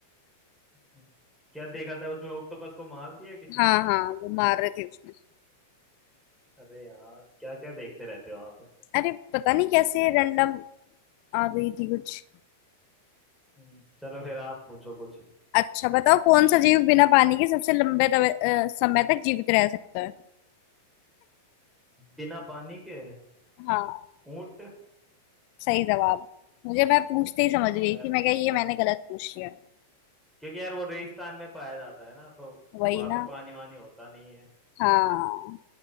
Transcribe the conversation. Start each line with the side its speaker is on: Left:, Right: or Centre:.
Centre: <laughs> क्या देखा था उसमें ऑक्टोपस को मार दिया किसी
Left: हाँ
Centre: ने
Left: हाँ वो मार रहे थे उसमें
Centre: अरे यार क्या क्या देखते रहते हो आप <laughs>
Left: अरे पता नहीं कैसे रैंडम आ गई थी कुछ
Centre: हम्म, चलो फिर आप पूछो कुछ
Left: अच्छा बताओ कौन सा जीव बिना पानी के सबसे लंबे तवे- अ, समय तक जीवित रह सकता है
Centre: बिना पानी के
Left: हाँ
Centre: ऊंट
Left: सही जवाब मुझे मैं पूछते ही समझ
Centre: हाँ
Left: गई
Centre: यार
Left: थी मैं क्या ये मैंने गलत पूछ लिया
Centre: क्योंकि यार वो रेगिस्तान में पाया जाता है ना तो
Left: वही
Centre: वहां
Left: ना
Centre: तो पानी वानी होता नहीं है
Left: हाँ